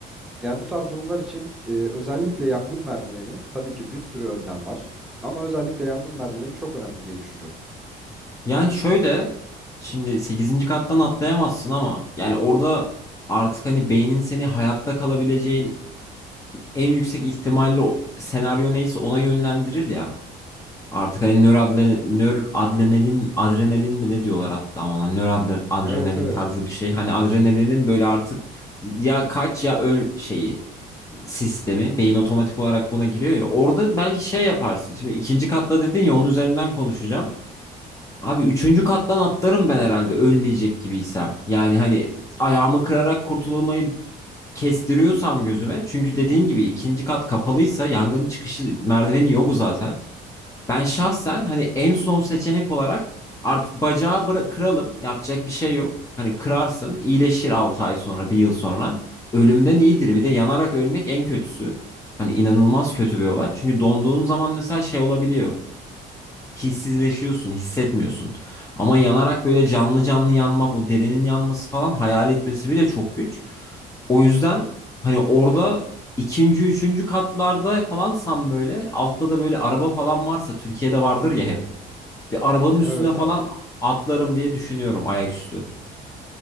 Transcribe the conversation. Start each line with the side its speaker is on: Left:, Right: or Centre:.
Centre: Yani bu tarz durumlar için e, özellikle yangın merdiveni tabii ki bir sürü önlem var. Ama özellikle yangın merdiveni çok önemli diye düşünüyorum.
Left: Yani şöyle şimdi sekizinci kattan atlayamazsın ama yani orada artık hani beynin seni hayatta kalabileceğin en yüksek ihtimalle o senaryo neyse ona yönlendirir ya. Artık hani nöradrenalin, nöradrenalin, adrenalin mi ne diyorlar hatta ona nöradrenalin
Centre: Evet evet.
Left: tarzı bir şey. Hani adrenalinin böyle artık ya kaç ya öl şeyi sistemi beyin otomatik olarak buna giriyor ya. Orada belki şey yaparsın. Şimdi ikinci katta dedin ya onun üzerinden konuşacağım. Abi üçüncü kattan atlarım ben herhalde ölmeyecek gibiysem. Yani hani ayağımı kırarak kurtulmayı kestiriyorsam gözüme çünkü dediğin gibi ikinci kat kapalıysa yangın çıkışı merdiveni yok zaten. Ben şahsen hani en son seçenek olarak artık bacağı bıra- kıralım yapacak bir şey yok. Hani kırarsın iyileşir 6 ay sonra bir yıl sonra. Ölümden iyidir bir de yanarak ölmek en kötüsü. Hani inanılmaz kötü bir olay. Çünkü donduğun zaman mesela şey olabiliyor hissizleşiyorsun, hissetmiyorsun. Ama yanarak böyle canlı canlı yanmak, o derinin yanması falan hayal etmesi bile çok güç. O yüzden hani orada ikinci, üçüncü katlarda falansan böyle altta da böyle araba falan varsa Türkiye'de vardır ya hep. Bir arabanın üstüne
Centre: Evet
Left: falan
Centre: abi.
Left: atlarım diye düşünüyorum ayaküstü.